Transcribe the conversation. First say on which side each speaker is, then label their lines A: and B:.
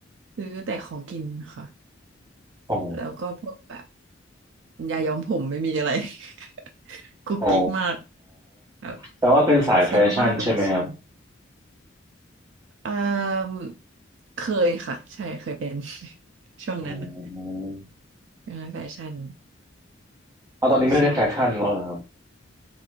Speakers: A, on the right; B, on the right.
A: ซื้อแต่ของกินค่ะ
B: อ๋อ
A: แล้วก็พวกแบบยาย้อมผมไม่มีอะไร <laughs> กุ๊กกิ๊กมาก
B: อ๋อ
A: แบบ
B: แปลว่าเป็นสายแฟชั่นใช่ไหมครับ
A: ซื้อมาม่ากับมาชิมเอ่อเคยค่ะใช่เคยเป็น <laughs> ช่วงนั้นนะ
B: อืม
A: ช่วงนั้นแฟชั่น
B: เอาตอนนี้ไม่ได้แฟชั่นแล้วเหรอครับ
A: ก็ชอบ